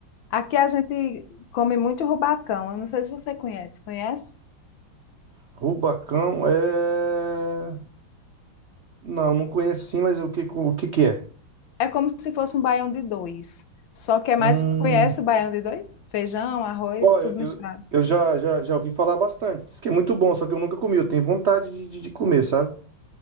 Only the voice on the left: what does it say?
aqui a gente come muito rubacão. Eu não sei se você conhece. Conhece?
É como se fosse um baião de dois. Só que é mais.
Conhece o baião de dois? Feijão, arroz,
tudo
misturado.